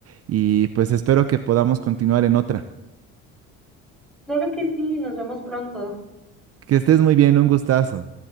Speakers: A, on the right; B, in the centre.
A: y pues espero que podamos continuar en otra.
B: Claro que sí, nos vemos pronto.
A: Que estés muy bien, un gustazo.